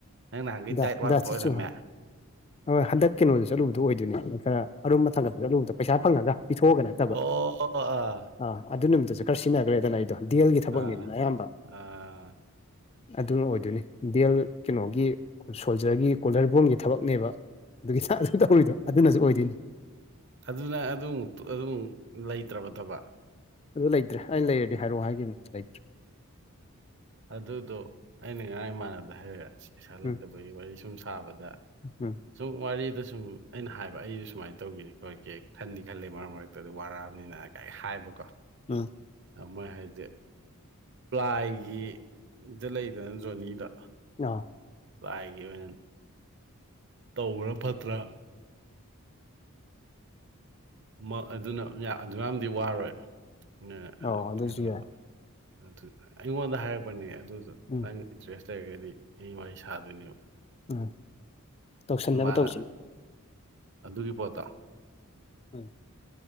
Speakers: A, on the right (about 55°); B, on the left (about 25°).
A: ꯅꯪ ꯅꯍꯥꯟꯒꯩ
B: ꯗꯥ
A: ꯗꯥꯏꯠ ꯋꯥꯠꯄ
B: ꯗꯥ ꯆꯤꯆꯨ
A: ꯑꯣꯏꯔꯝꯃꯦ
B: ꯍꯣꯏ ꯍꯟꯗꯛ ꯀꯤꯅꯣꯗ ꯆꯠꯂꯨꯗꯣ ꯑꯣꯏꯗꯣꯏꯅꯦ ꯈꯔ ꯑꯔꯨꯝꯕꯊꯪꯒꯠꯄ ꯆꯠꯂꯨꯕꯗꯣ ꯄꯩꯁꯥ ꯐꯪꯉꯒ ꯄꯤꯊꯣꯛꯑꯒ ꯅꯠꯇꯕ
A: ꯑꯣ ꯑꯥ
B: ꯑꯥ ꯑꯗꯨ ꯅꯨꯃꯤꯠꯇꯁꯨ ꯈꯔ ꯁꯤꯖꯟꯅꯒ꯭ꯔꯦꯗꯅ ꯑꯩꯗꯣ ꯗꯦꯜꯒꯤ ꯊꯕꯛꯅꯤꯗꯅ
A: ꯑꯥ
B: ꯑꯌꯥꯝꯕ
A: ꯑꯥ
B: ꯑꯗꯨꯅ ꯑꯣꯏꯗꯣꯏꯅꯤ ꯗꯦꯜ ꯀꯩꯅꯣꯒꯤ ꯁꯣꯜꯖꯔꯒꯤ ꯀꯣꯜꯗꯔ ꯕꯣꯟꯒꯤ ꯊꯕꯛꯅꯦꯕ ꯑꯗꯨꯒꯤ
A: ꯑꯥ
B: ꯇꯧꯔꯤꯗꯣ ꯑꯗꯨꯅꯁꯨ ꯑꯣꯏꯗꯣꯏꯅꯤ
A: ꯑꯗꯨꯅ ꯑꯗꯨ ꯑꯗꯨꯝ ꯂꯩꯇ꯭ꯔꯕ ꯊꯕꯛ
B: ꯑꯗꯨ ꯂꯩꯇ꯭ꯔꯦ ꯑꯩꯅ ꯂꯩꯔꯗꯤ ꯍꯥꯏꯔꯛꯑꯣ ꯍꯥꯏꯒꯤꯕꯅꯦ ꯂꯩꯇ꯭ꯔꯦ
A: ꯑꯗꯨꯗꯣ ꯑꯩꯅ ꯉꯔꯥꯡ ꯏꯃꯥꯟꯅꯕꯗ ꯍꯥꯏꯔꯦ ꯄꯩꯁꯥ ꯂꯩꯇꯕꯒꯤ
B: ꯎꯝ
A: ꯋꯥꯔꯤ ꯁꯨꯝ ꯁꯥꯕꯗ
B: <unintelligible>
A: ꯁꯨꯝ ꯋꯥꯔꯤꯗꯁꯨꯝ ꯑꯩꯅ ꯍꯥꯏꯕ ꯑꯩꯁꯨ ꯁꯨꯃꯥꯏꯅ ꯇꯧꯒꯦ ꯈꯣꯠꯀꯦ ꯈꯟꯗꯤ ꯈꯜꯂꯤ ꯃꯔꯛ ꯃꯔꯛꯇ ꯑꯗꯣ ꯋꯥꯔꯛꯑꯕꯅꯤꯅ ꯑꯩ ꯍꯥꯏꯕꯀꯣ
B: ꯑꯥ
A: ꯑ ꯃꯣꯏ ꯍꯥꯏꯖꯦ ꯄ꯭ꯂꯥꯏꯒꯤ ꯗ ꯂꯩꯗꯅ ꯖꯣꯟꯅꯤꯗ
B: ꯅꯣ
A: ꯄꯥꯏꯒꯦ ꯑꯣꯏꯅ ꯇꯧꯕꯅ ꯐꯠꯇ꯭ꯔꯥ ꯃꯥ ꯑꯗꯨꯅ ꯌꯥ ꯑꯗꯨꯌꯥꯝꯗꯤ ꯋꯥꯔꯣꯏ ꯅ ꯍ
B: ꯑꯧ ꯑꯗꯨꯁꯨ
A: ꯀꯩꯅꯣꯗꯣ
B: ꯌꯥꯏ
A: ꯑꯗꯨ ꯑꯩꯉꯣꯟꯗ ꯍꯥꯏꯔꯛꯄꯅꯦ ꯑꯗꯨꯗꯣ
B: ꯎꯝ
A: ꯅꯪꯒꯤ ꯏꯟꯇ꯭ꯔꯦꯁ ꯂꯩꯔꯒꯗꯤ ꯑꯩ ꯋꯥꯔꯤ ꯁꯥꯗꯣꯏꯅꯦꯕ
B: ꯑ ꯇꯧꯁꯟꯅꯕ
A: ꯑꯗꯨ ꯃꯥꯅ
B: ꯇꯧꯁꯤꯅꯦ
A: ꯑꯗꯨꯒꯤ ꯄꯣꯠꯇꯣ
B: ꯎꯝ